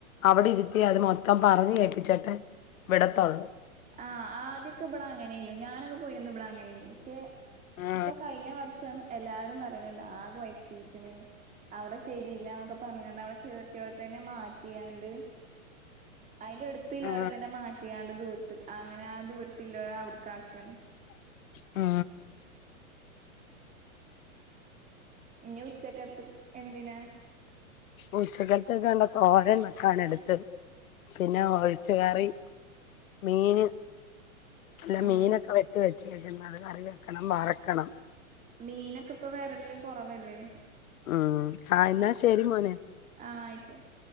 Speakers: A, on the left (about 75°); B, on the right (about 20°).
A: അവിടെ ഇരുത്തി അത് മൊത്തം പറഞ്ഞ് കേൾപ്പിച്ചിട്ട് വിടത്തുള്ളു
B: ആഹ് ആദ്യൊക്കെ ഇവിടൊ അങ്ങനെയന്നുന്നു ഞാനൊക്കെ പോയിരന്ന് ഇവിടാ അങ്ങനെയന്നുന്നു പക്ഷെ
A: ആ
B: ഇപ്പൊ കഴിഞ്ഞ വർഷം എല്ലാരും പറയണണ്ട് ആ കൊയപ്പിക്കണ് അവിടെ ശരില്ലന്നൊക്കെ പറഞ്ഞണ്ട് അവിടെ ചേർത്തിയലെന്നെ മാറ്റിയാണ്ട് അതിന്റെ അടുത്ത് ഇല്ലലെ
A: ആ
B: തന്നെ മാറ്റിയാണ്ട് ദൂരത്ത് അങ്ങനെ ആ ദൂരത്തില്ലെ അവിടുക്ക ആാക്കാണ്
A: ആ
B: ഇനി ഉച്ചക്കത്ത് എന്തിനാ
A: ഉച്ചക്കത്തൊക്കെ കണ്ട തോരൻ വെക്കാണ് എടുത്ത് പിന്നെ ഒഴിച്ച കയറി മീന അല്ല
B: ആഹ്
A: മീനൊക്കെ വെട്ടി വെച്ച്ക്കുന്നത് അത് കറി വെക്കണം വറക്കണം.
B: മീനൊക്കെ ഇപ്പൊ വരല്ല കുറവല്ലേ
A: ഉം ആ എന്നാൽ ശരി മോനെ
B: ആഹ് ആയിക്കോട്ടെ